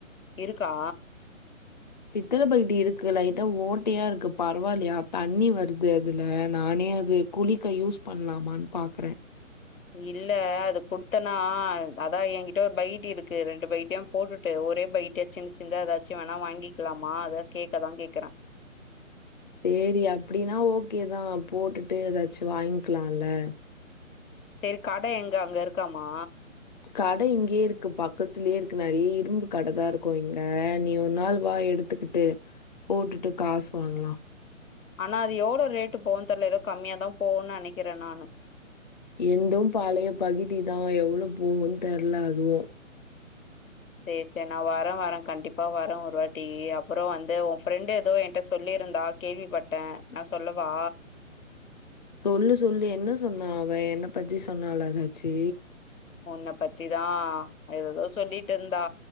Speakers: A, on the left; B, on the left.
A: இருக்கா
B: பித்தளைபகிட்டி இருக்கு லைட்டா ஓட்டையா இருக்கு பரவால்லையா தண்ணி வருது அதுல நானே அது குளிக்க யூஸ் பண்லாமான்னு பாக்கற
A: இல்ல அது குடுத்தனா அதா என்கிட்ட ஒரு பகிட்டி இருக்கு ரெண்டு பகிட்டியு போட்டுட்டு ஒரே பகிட்டியா சின் சின்தா எதாச்சும் வேணா வாங்கிக்கலாமா அத கேக்கதா கேக்கறே
B: சேரி அப்டின்னா ஓகேதா போட்டுட்டு ஏதாச்சும் வாங்கலா ல
A: செரி கடை எங்க அங்க இருக்காமா
B: கடை இங்கயே இருக்கு பக்கத்துலயே இருக்கு நெறைய இரும்பு கடை தா இருக்கு இங்க நீ ஒரு நாள் வா எடுத்துக்கிட் டு போட்டுட்டு காசு வாங்கலா
A: ஆனா அது எவ்ளோ ரேட்டு போவு தெர்ல ஏதோ கம்மியாதா போவுன்னு நெனைக்கிறே நானு
B: எந்தும் பாழைய பகிட்டி தா எவ்ளோ போகும்ன்னு தெர்ல அதுவு
A: சேரி சேரி நா வர வர கண்டிப்பா வர ஓருவாட்டி அப்பறம் வந்து ஃப்ரெண்டு ஏதோ என்ட்ட சொல்லியிருந்தா கேள்விபட்ட நான் சொல்லவா
B: சொல்லு சொல்லு என்ன சொன்னா அவ என்ன பத்தி சொன்னாளா ஏதாச்சி
A: உன்ன பத்திதா ஏதேதோ சொல்லிட்டு இருந்தா